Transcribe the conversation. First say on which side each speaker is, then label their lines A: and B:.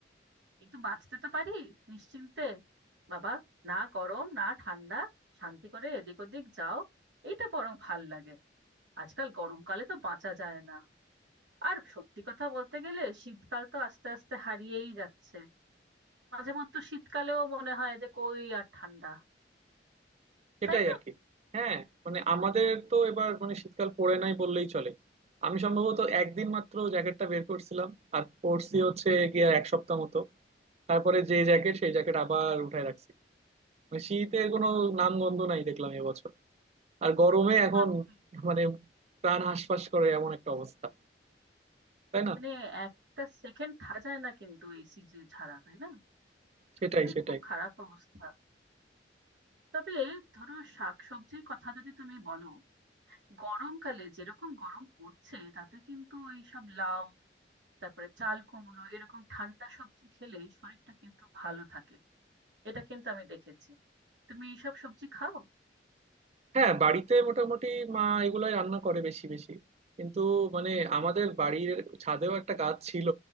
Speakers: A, on the right; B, on the right.
A: কিন্তু বাঁচতে তো পারি নিশ্চিন্তে বাবা না গরম না ঠান্ডা শান্তি করে এদিক ওদিক যাও এটা বরং ভাল লাগে আজকাল গরমকালে তো বাঁচা যায় না আর সত্যি কথা বলতে গেলে শীতকাল তো আস্তে আস্তে হারিয়েই যাচ্ছে মাঝে মধ্যে শীতকালেও মনে হয় যে কই আর ঠান্ডা
B: সেটাই
A: তাই না
B: আর কি হ্যাঁ মানে আমাদের তো এবার মানে শীতকাল পড়ে নাই বললেই চলে আমি সম্ভবত একদিন মাত্র জ্যাকেটটা বের করছিলাম আর পরছি হচ্ছে গিয়া এক সপ্তাহ মতো তারপরে যে জ্যাকেট সেই জ্যাকেট আবার উঠায় রাখছি মানে শীতের কোনো নাম গন্ধ নাই দেখলাম এবছর আর গরমে এখন
A: সত্যি
B: মানে প্রাণ হাঁসফাঁস করে এমন একটা অবস্থা তাই না
A: মানে একটা সেকেন্ড থাকা যায় না কিন্তু এসি ছাড়া তাই না সত্যি
B: সেটাই সেটাই
A: খুব খারাপ অবস্থা তবে ধরো শাকসবজির কথা যদি তুমি বলো গরমকালে যেরকম গরম পড়ছে তাতে কিন্তু ওই সব লাউ তারপরে চাল কুমড়ো এরকম ঠান্ডা সবজি খেলে শরীরটা কিন্তু ভালো থাকে এটা কিন্তু আমি দেখেছি তুমি এইসব সবজি খাও
B: হ্যাঁ বাড়িতে মোটামুটি মা এগুলাই রান্না করে বেশি বেশি কিন্তু মানে আমাদের বাড়ির ছাদেও একটা গাছ ছিল